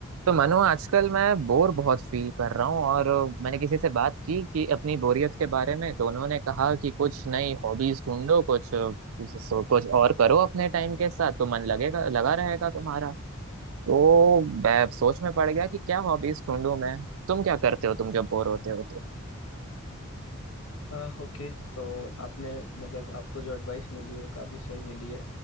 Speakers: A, on the right; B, on the left.
A: तो मनु आजकल मैं बोर बहुत फील कर रहा हूँ और मैंने किसी से बात की कि अपनी बोरियत के बारे में तो उन्होंने कहा कि कुछ नई हॉबीज ढूंढो कुछ सो- कुछ और करो अपने टाइम के साथ तो मन लगेगा लगा रहेगा तुम्हारा तो मैं सोच में पड़ गया कि क्या हॉबीज ढूंढूं मैं तुम क्या करते हो तुम जब बोर होते हो तो
B: आ, Okay तो आपने मतलब आपको जो एडवाइस मिली है वो काफ़ी सही मिली है